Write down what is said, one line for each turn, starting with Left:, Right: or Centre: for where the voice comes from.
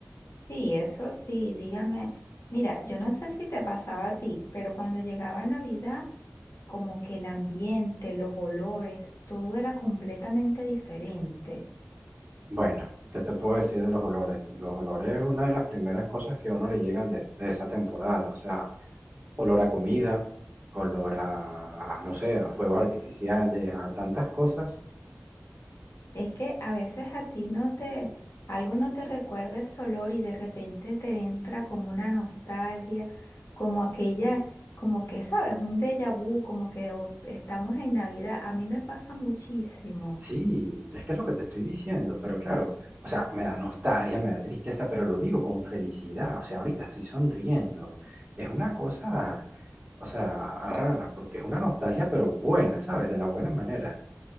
Left: Sí, eso sí, dígame, mira, yo no sé si te pasaba a ti, pero cuando llegaba Navidad, como que el ambiente, los olores, todo era completamente diferente.
Right: Bueno, ¿qué te puedo decir de los olores? Los olores es una de las primeras cosas que a uno le llegan de, de esa temporada, o sea. olor a comida, olor a, a, no sé, a fuegos artificiales, a tantas cosas.
Left: Es que a veces a ti no te, algo no te recuerda ese olor y de repente te entra como una nostalgia, como aquella, como que sabes, un déjà vu, como que oh, estamos en Navidad. A mí me pasa muchísimo.
Right: Sí, es que es lo que te estoy diciendo, pero claro, o sea, me da nostalgia, me da tristeza, pero lo digo con felicidad, o sea, ahorita estoy sonriendo. Es una cosa, o sea, rara, porque es una nostalgia, pero buena, ¿sabes? De la buena manera.